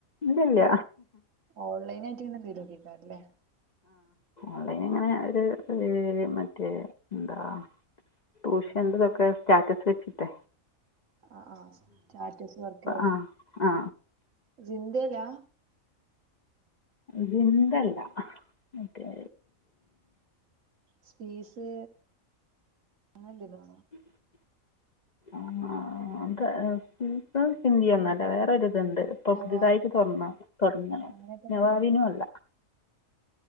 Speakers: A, on the left; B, on the right.
A: ഇല്ലില്ല
B: ഓൺലൈന ആയിട്ട് ഇങ്ങനെ ന്തേലുക്കെല്ലേ
A: അത് അങ്ങനെ ഒരു ഒരു മറ്റേ എന്താ ട്യൂഷന്റെതൊക്കെ സ്റ്റാറ്റസ് വെച്ചിട്ടെ
B: ആ ആ സ്റ്റാറ്റസ് വക്ക
A: ആ ആ
B: ഇതല്ലാ
A: വിന്തല്ല മറ്റേ
B: സ്പീസ് അങ്ങനല്ലല്ലോ
A: ഉ ആ അ അത് ഹിന്ദി ഒന്നല്ല വേറൊരുത് ഇണ്ട് ഇപ്പൊ
B: നവാവിൻ
A: പുതിതായിട്ട് തുറന്ന തുടങ്ങണം
B: അങ്ങനെയൊക്കെ എന്തേലും
A: നവാവിനും അല്ല